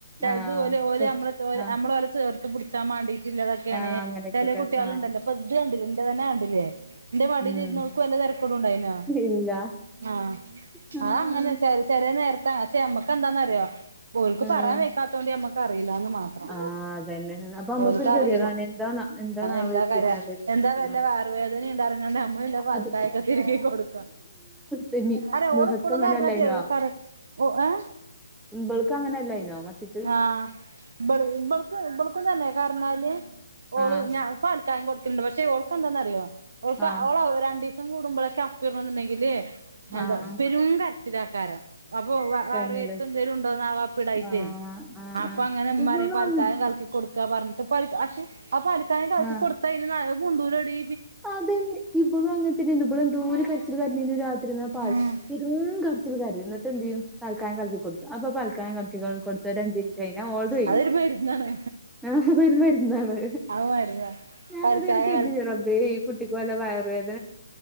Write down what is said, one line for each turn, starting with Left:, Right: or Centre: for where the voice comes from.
Right: അതുപലെഓമ്മ
Centre: ആഹ് ആഹ്
Right: നമ്മൾ ഓലെ ചേർത്ത പിടിച്ചാൻ മാണ്ടീയിട്ടില്ലതൊക്കെയാണ്
Centre: ആഹ് അങ്ങനെയൊക്കെക്കെ
Right: ചില കുട്ടികളുണ്ടല്ലോ?
Centre: ആഹ്
Right: അപ്പൊ ഇത് കണ്ടിലെ എന്റെ തന്നെയാണ് ലേ എന്റെ മടിൽ
Centre: ഉം
Right: ഇരുന്നവൾക്ക് വല്ല തിരക്കോട് ഉണ്ടായിന ആ
Centre: ഇല്ല ആഹ്
Right: ആ ങ്ങനെയാ ചെല ചെ നേരത്ത് പക്ഷെ നമ്മക്ക് എന്താന്നറിയോ ഓൾക്ക്
Centre: ഉം
Right: പറയാൻ വെക്കാത്തോണ്ട് നമ്മക്ക് അറിയില്ലാന്ന് മാത്രം.
Centre: ആഹ് അതന്നെ അപ്പൊ നമ്മക്കൊരു
Right: ഓൾക്കറിയില്ല
Centre: ഗതികേടാണ് എന്താന്നാ എന്താണാവോ
Right: എന്താ
Centre: കരുതിങ്ങാണ്ട്
Right: കര
Centre: ഉം
Right: വല്ല വയർവേദന ണ്ട്റങ്ങണ്ട് നമ്മളല്ല് പാൽ
Centre: അത്
Right: പാൽ കായൊക്കെ തിരുകി കൊടു ക
Centre: തെമി
Right: അല്ല
Centre: നുഹക്ക്
Right: ഓള് പ്പളും
Centre: അങ്ങനെ
Right: കര്നത്
Centre: അല്ലായിനോ
Right: ഫർ ഒ എ
Centre: ഇബൾക്ക് അങ്ങനെല്ലയ്നോ മത്തിട്ട്
Right: ആഹ് ഇബൾ ഇബൾക്ക് ഇബൾക്കുംതന്നെ കാർണാല് ഓള്
Centre: ആഹ്
Right: ഞാൻ പാൽക്കായം കൊടു ക്കൽണ്ട് പക്ഷേ ഓൾക്ക് എന്താന്ന് അറിയോ ഓൾക്ക്
Centre: ആഹ്
Right: ഓള് രണ്ടിസം കൂടുമ്പോഴൊക്കെ അപ്പിടണംന്ന്ണ്ടെങ്കില് എന്ത
Centre: ആഹ്
Right: പെരും കരച്ചിലാക്കാരം അപ്പൊ വ വറയത്ത്ന്തേലും
Centre: തന്നെല്ലേ
Right: ഉണ്ടോന്നാവോ അപ്പി ഇടായിട്ടേ
Centre: ആഹ് ആഹ്
Right: അപ്പൊ
Centre: ആഹ്
Right: അങ്ങനെ മ്മറിം
Centre: ഇവളും
Right: പാൽക്കായം
Centre: അങ്ങൻ
Right: കലക്കി കൊടുക്ക പർന്ട്ട് പൽക അക്ഷെ ആ പാൽക്കായം കൽകി
Centre: ആഹ്
Right: കൊട്ത്തയ്ന നാ അ മുണ്ടൂലടി
Centre: അതന്നെ ഇബളും അങ്ങനത്തന്നെന്നു ഇബള് എന്തൂരു കരച്ചി തിരി കര്നീനു രാത്രി നാ പാൽ
Right: ഉം
Centre: പെരും ഗർ ച്ചിരി കരയും ന്നിട്ട് ന്ത്യ്യും പൽക്കായം കൽക്കി കൊടുത്ത് അപ്പം പാൽക്കായം കൽ ക്കി കൊൾ കൊൾത്ത് ഒരഞ്ചിൻറ്റ് കഴിഞ്ഞ ഓൾത് കഴിഞ്ഞു.
Right: അതൊരു മരുന്നാണ്
Centre: ആ അതൊരു മരുന്നാണ്.
Right: അത് മരുന്നാ
Centre: ഞാനതി
Right: പാൽക്കായം
Centre: എട്ക്ക് എന്ത് ചെയ്യു റബേ ഈ കുട്ടിക്ക് വല്ല വയർവേദ